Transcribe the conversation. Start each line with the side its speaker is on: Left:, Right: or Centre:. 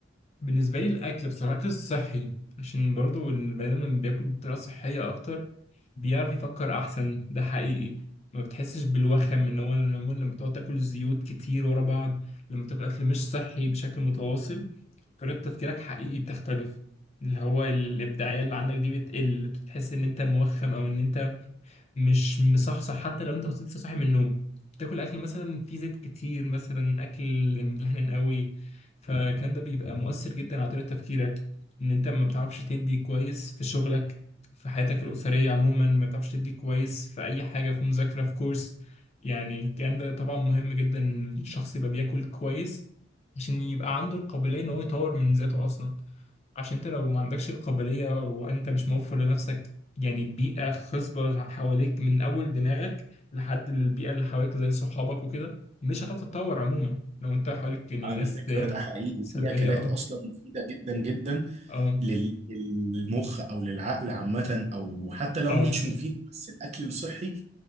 Left: بالنسبه لي الاكل بصراحه الاكل الصحي عشان برضو البني ادم لما بياكل بطريقه صحيه اكتر بيعرف يفكر احسن ده حقيقي ما بتحسش بالوخم ان هو لما لما بتقعد تاكل زيوت كتير ورا بعض لما تاكل اكل مش صحي بشكل متواصل طريقه تفكيرك حقيقي بتختلف اللي هو الابداعيه اللي عندك دي بتقل بتحس ان انت موخم او ان انت مش مصحصح حتى لو انت كنت لسه صاحي من النوم تاكل اكل مثلا فيه زيت كتير مثلا اكل مدهن قوي فالكلام ده بيبقى مؤثر جدا على طريقة تفكيرك ان انت ما بتعرفش تدي كويس في شغلك في حياتك الأسرية عموما ما بتعرفش تدي كويس في أي حاجة في مذاكرة في كورس يعني الكلام ده طبعا مهم جدا إن الشخص يبقى بياكل كويس عشان يبقى عنده القابلية إن هو يطور من ذاته أصلا عشان انت لو ما عندكش القابلية وانت مش موفر لنفسك يعني بيئة خصبة حواليك من أول دماغك لحد البيئة اللي حواليك زي صحابك وكده مش هتعرف تتطور عموما لو انت حواليك يعني
Right: على
Left: الناس
Right: فكرة
Left: يعني
Right: ده حقيقي
Left: سلبية
Right: في أكلات
Left: اه
Right: أصلا مفيدة جدا جدا
Left: اه
Right: لل- للمخ أو للعقل عامة أو حتى لو
Left: اه
Right: مش مفيد بس الأكل الصحي